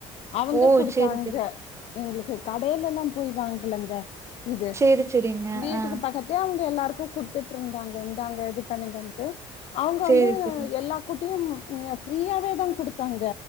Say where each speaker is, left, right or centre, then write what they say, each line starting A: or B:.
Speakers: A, on the left; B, on the right.
A: அவங்க
B: ஓ!
A: குடுத்தாங்க
B: சரி, சரி.
A: எங்களுக்கு கடையிலா போய் வாங்கலங்க இது
B: சரி, சரிங்க.
A: வீட்டுக்கு
B: ஆ.
A: பக்கத் து அவங்க எல்லாருக்கு குடுத்துட்டு இருந்தாங்க இந்தாங்க இது பண்ணுங்கன்ட்டு அவங்க
B: சரி,
A: வந்து
B: சரி.
A: எல்லா குட்டியும் ஃப்ரீயாவே தா குடுத்தாங்க